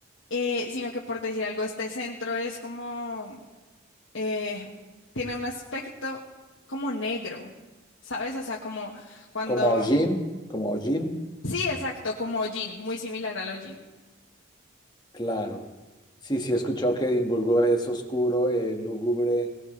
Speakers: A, on the left (about 70°); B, on the left (about 20°).
A: eh, sino que por decir algo, este centro es como, eh, tiene un aspecto como negro, ¿sabes? O sea, como cuando...
B: Como Hollín, como Hollín,
A: Sí, exacto, como hollín, muy similar al hollín.
B: claro. Sí, sí, he escuchado que Edimburgo es oscuro, eh, lúgubre,